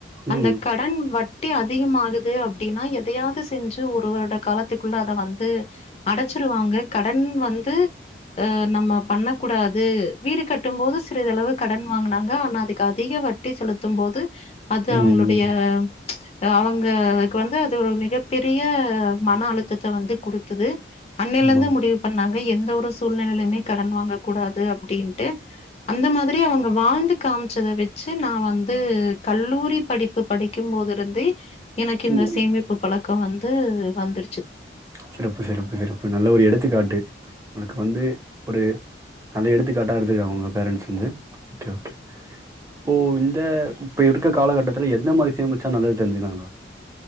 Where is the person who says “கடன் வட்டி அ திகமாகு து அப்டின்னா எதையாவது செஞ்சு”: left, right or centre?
Left